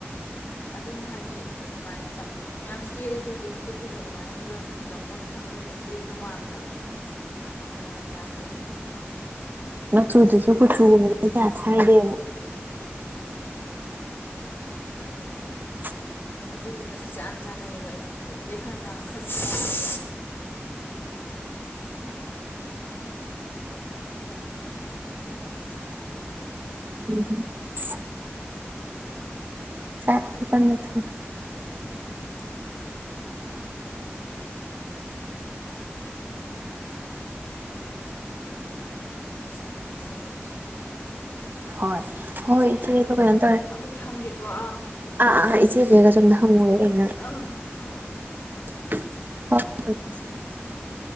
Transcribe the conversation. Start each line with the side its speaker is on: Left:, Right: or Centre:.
Left: ꯑꯗꯨꯝ ꯍꯥꯏꯗꯤ ꯑꯗꯨꯃꯥꯏꯅ ꯃꯌꯥꯝ ꯀꯦꯔꯁꯨ ꯂꯤꯞ ꯏꯁꯇꯤꯛꯀꯨꯝꯕ ꯑꯗꯨꯃꯥꯏꯅ ꯈꯔ ꯆꯝꯂꯞ ꯁꯪꯕꯗꯨꯅ ꯀꯦꯕꯗꯣ ꯃꯥꯟꯗꯕꯅꯦꯕ ꯈꯔ ꯑꯌꯥꯛꯄꯁꯤꯅ
Right: ꯝꯆꯨꯗꯁꯨ
Left: ꯀꯦꯕ
Right: ꯀꯆꯨ
Left: ꯃꯥꯜꯂꯦ
Right: ꯉꯧꯕ ꯀꯌꯥ ꯈꯥꯏꯗꯦ
Left: ꯈꯥꯏꯗ <inaudible>
Right: <unintelligible> <inaudible>
Left: ꯑꯗꯨꯗꯨꯅ ꯏꯆꯥꯟꯅ ꯆꯥꯟꯅꯩꯌꯦꯕ ꯑꯩꯉꯣꯟꯗꯗꯤ ꯑꯗꯨꯩ ꯈꯔ ꯉꯥꯡꯈꯠꯄ ꯂꯩꯔꯒ
Right: ꯎꯝꯝ
Left: ꯁꯥꯇꯤ
Right: ꯆꯥꯛꯁꯨ
Left: ꯀꯥꯝꯃꯦ
Right: ꯀꯟꯅ ꯊꯣꯡꯏ
Left: ꯎꯝ ꯆꯥꯛ ꯀꯥꯝꯅ ꯀꯥꯝꯅ ꯋꯥꯔꯤ ꯁꯥꯟꯅꯁꯦꯅ ꯁꯨꯝ
Right: ꯍꯣꯏ ꯍꯣꯏ
Left: ꯇꯧꯔꯛꯏꯅꯦ
Right: ꯏꯆꯦ ꯑꯗꯣ ꯀꯩꯅꯤꯥ ꯇꯧꯔꯦ
Left: ꯑꯃꯨꯛ ꯊꯝꯒꯦꯀꯣ ꯑꯥ
Right: ꯑꯥ ꯑꯥ ꯏꯆꯦ ꯒ ꯑꯩꯒ ꯇꯝꯟ ꯍꯪꯉꯨꯔꯦ ꯑꯩ ꯉꯍꯥꯛ
Left: ꯑ ꯑꯥ ꯑꯥ
Right: <inaudible>